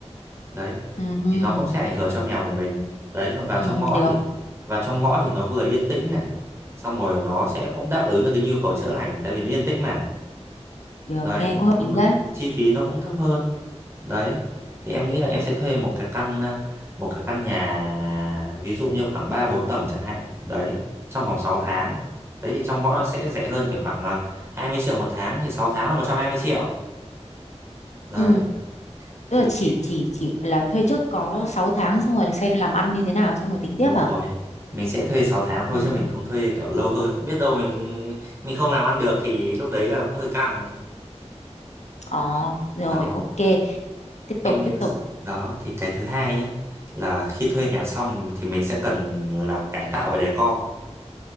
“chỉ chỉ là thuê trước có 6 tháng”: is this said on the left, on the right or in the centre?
Left